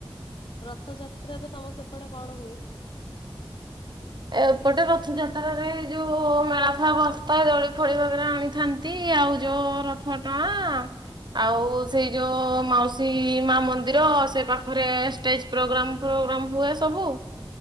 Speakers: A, on the left (about 60°); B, on the right (about 50°).
A: ରଥଯାତ୍ରାରେ ତମ ସେକଡେ କଣ ହୁଏ‌?
B: ଏପଟେ ରଥଯାତ୍ରାରେ ଯୋଉ ମେଳା ଫଳା ବସ୍ଥା ଜଳି ଫଳି ଭାବରେ ଆଣିଥାନ୍ତି। ତି ଆଉ ଜୋଉ ରଥ ଟଣା। ଆଉ ସେଇ ଯୋଉ ମାଉସୀ ମା ମନ୍ଦିର ସେ ପାଖରେ ଷ୍ଟେଜ। ପ୍ରୋଗ୍ରାମ ଫୋଗ୍ରାମ ହୁଏ ସବୁ।